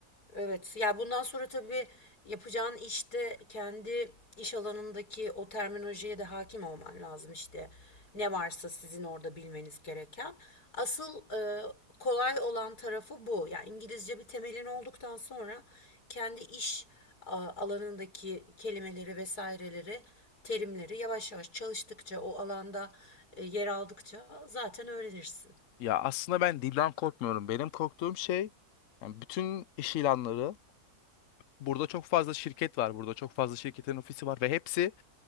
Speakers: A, on the left (about 80°); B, on the left (about 65°).
A: evet. Ya bundan sonra tabii yapacağın işte kendi İş alanındaki o terminolojiye de hakim olman lazım işte. Ne varsa sizin orada bilmeniz gereken. Asıl e, kolay olan tarafı bu. Yani İngilizce bir temelin olduktan sonra kendi iş alanındaki kelimeleri vesaireleri, terimleri yavaş yavaş çalıştıkça o alanda e, yer aldıkça zaten öğrenirsin.
B: Ya aslında ben dilden korkmuyorum. Benim korktuğum şey yani bütün iş ilanları Burada çok fazla şirket var. Burada çok fazla şirketin ofisi var ve hepsi